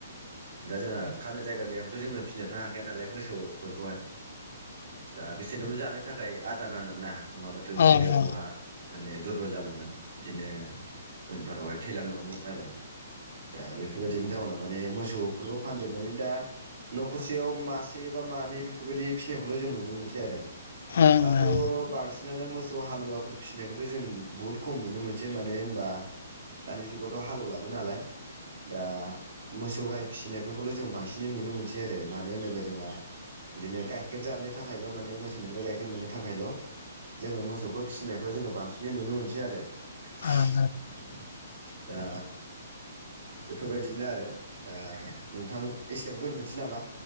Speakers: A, on the right (about 75°); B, on the left (about 50°).
A: दा जोंहा खानो जायगा गैयाब्लाथ' जोङो फिनोथ' हाखाया नालाय मोसौ फोरखौहाय दा बिसोरनोबो जानो थाखाय आदार नांगोन ना? नङाबाथ' बिसोरो
B: ओं ओं
A: बहा
B: ओं
A: माने दुरबल जाालांगोन बिदिनो उनफोर हाय थैलांनांगौमोन आरो दा बेफोरबायदिनि जाउनाव माने मोसौफोरखौ फानजोबनानै दा न'खरसेयाव मासे बा मानै बेफोरबायदि फिसिनायखौल' जों नुनो मोनसै आरो
B: ओं
A: दाथ'
B: ओं
A: बांसिनानो मोसौ हालुवाफोर फिसिनायखौथ' जों बहुत खम खम नुनो मोनसै मानो होनबा दानि जुगावथ' हालेवलाबो नालाय दा मोसौ गाय फिसिनायफोरखौल' जों बांसिनै नुनो मोनसै आरो मानो होनोब्ला जोंहा बिदिनो गाइखेर जानो थाखायल' माने मोसौनिफ्राय गाइखेर मोननो थाखायल' जोङो मोसौखौ फिसिनायखौ जोङो बांसिनै नुनो मोनसै आरो। <unintelligible>
B: ओं
A: दा बेफोरबायदिनो आरो दा नोंथां एसेयावनो दोनथ'नोसै नामा?